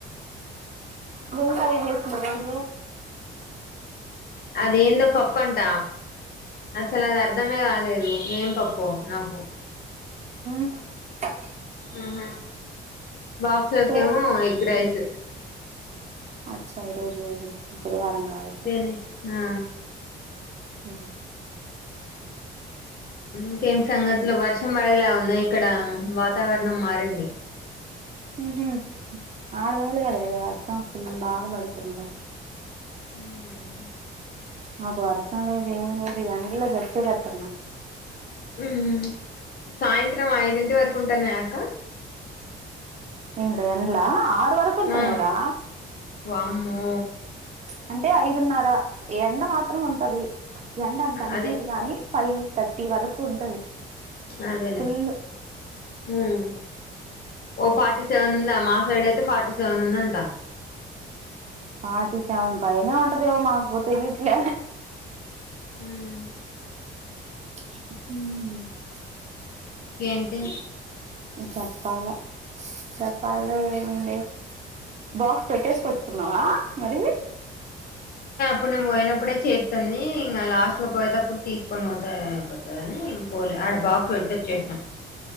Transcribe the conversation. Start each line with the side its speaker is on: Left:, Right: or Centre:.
Right: గ్రూప్ ఫైవ్ చేసినవా గ్రూప్
Left: అదేందో పప్పంట అసలు అది అర్ధమే కాలేదు ఏం పప్పు నాకు
Right: అ
Left: ఆహా బాక్స్ ఒకక్కేమో
Right: ఏం
Left: ఎగ్ రైస్
Right: అచ్చా ఈ రోజు బుధవారం కాబట్టి
Left: బేనే ఆ
Right: ఆ
Left: ఇంకేం సంగతులు వర్షం పడేలా ఉంది ఇక్కడ వాతావరణం మారింది
Right: ఉహు ఆడ మేలు కాద్రే వర్షం ఫుల్ బాగాపడుతుంద
Left: హుమ్
Right: మాకు వర్షం లేదు ఏ లేదు ఎళ జట్ కట్టన్నా హౌస్
Left: ఉమ్ సాయంత్రం ఐదింటి వరకు ఉంటున్నాయా అక్క?
Right: ఏంద్ర ఎండల ఆ అంత వరకు ఉంటున్నాయ్
Left: ఆ
Right: రా
Left: వామ్మో
Right: ప్చ్ అంటే ఐదున్నర ఎండ మాత్రం ఉంటది. ఎండ అంత అనిపియదు
Left: అదే
Right: గాని ఫైవ్ థర్టీ వరకు ఉంటది.
Left: అదేలే
Right: ఫుల్
Left: హుమ్ ఓ ఫార్టీ సెవెన్ ఉందా మా సైడ్ అయితే ఫార్టీ సెవెన్ ఉందంట
Right: ఫార్టీ సెవెన్ పైనే ఉంటదేమొ మాకు తెలిట్లే
Left: హుమ్
Right: ఉహు
Left: ఏంటి?
Right: చెప్పాలే చెప్పాల ఏముంది బాక్స్ పెట్టేసుకొచ్చుకున్నావా మరి?
Left: ఇప్పుడు నేను పోయినప్పుడే చేస్తుతుంది ఇంక లాస్ట్గా పోయేటప్పుడు తీసుకొని పోతే అయిపోతుందిందని ఇంక పోలే ఆడ బాక్స్ పెట్టొచ్చేసిన